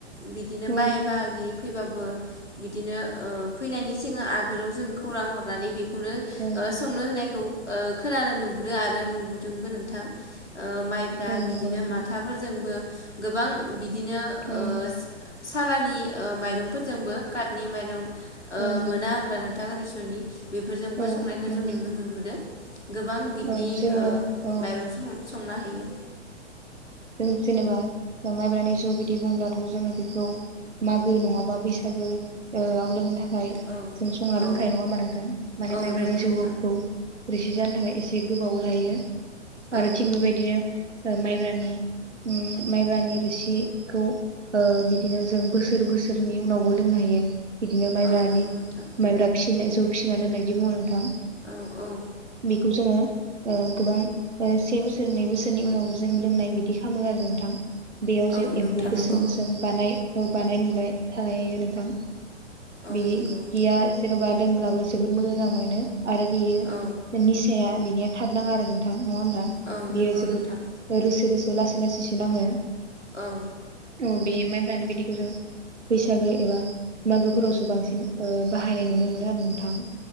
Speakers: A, on the left (about 70°); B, on the right (about 75°).
A: बिदिनो
B: औ
A: बाय बाहागि फैबाबो बिदिनो ओ फैनायनि सिगां आगोलाव जों खौरां हरनानै बे खौनो
B: औ
A: संनो होनायखौ ओ खोनानो नुबोदों आरो नुबोदोंबो नों थां। ओ माइब्रा
B: औ
A: बिदिनो
B: नंगौ नोंथां
A: माथाफोरजोंबो गोबां बि बिदिनो ओ
B: औ
A: सालानि ओ माइरंफोरजोंबो काटनि माइरं ओ
B: औ
A: मोना होनबा नों थां रेसननि। बेफोरजोंबो
B: औ
A: संनायखौ
B: नंगौ
A: जों नुनो मोनबोदो। गोबां बिनि
B: औ जोङो
A: ओ
B: औ
A: माइरं स-संना हायो।
B: जों जेनेबा माइब्रानि जौ बिदि बुंब्लाथ' जोङो बेखौ मागो नङाबा बैसागो ओ आव लोंनो थाखा य
A: औ
B: जों संना
A: औ
B: दोनखायो नङा होमबा नोंथां माने
A: औ
B: माइब्रानि
A: नंगौ नोंथां
B: जौखौ रोसि जानो थाखाय एसे गोबाव लायो।
A: औ
B: आरो थिग बेबायदिनो माइब्रानि ओम माइब्रानि रोसिखौ ओ बिदिनो जों बोसोर बोसोरनि उनावबो लोंनो हायो। बिदिनो माइब्रानि
A: औ नंगौ नोंथां
B: माइब्रा फि नाय जौ फिसिना दोननाय इदि बुङो नोंथां।
A: औ औ।
B: खौ जोङो ओ गोबां ओ से बोसोर नै बोसोरनि उनावबो जों लोंनाय बिदि खामो आरो नोंथां। बेयाव
A: औ
B: जे
A: नोंथां
B: एम्फौ गोसोम
A: नंगौ
B: गोसोम बानाय <unintelligible> बानाय नुलाय थायो नोंथां
A: औ
B: बेदिया
A: नंगौ
B: जेनबा दों ब्लाबो जोबोद मोजां मोनो। आरो बेयो
A: औ
B: निसाया बिनिया थाब नाङा आरो नोंथां नङा होमबा
A: औ
B: बियो
A: नंगौ
B: जोबोद
A: नोंथां
B: ओ रोस लासै लासैसो नाङो
A: औ
B: औ बे माइब्रानि बिदैखौ जों बैसागो एबा मागोफोरावसो बांसिन ओ बाहायनाय नुनो मोनो आरो नोंथां